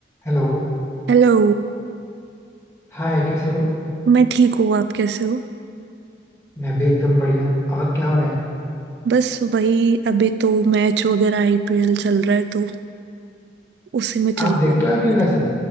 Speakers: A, on the left; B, on the right.
A: हेलो
B: हेलो
A: हाय कैसे हो
B: मैं ठीक हूँ आप कैसे हो
A: मैं भी एकदम बढ़िया और क्या हो रहा है
B: बस वही अभी तो मैच वगैरह आईपीएल चल रहा है तो उसी में चल
A: आप देखते
B: रहा
A: हो आईपीएल वैसे
B: है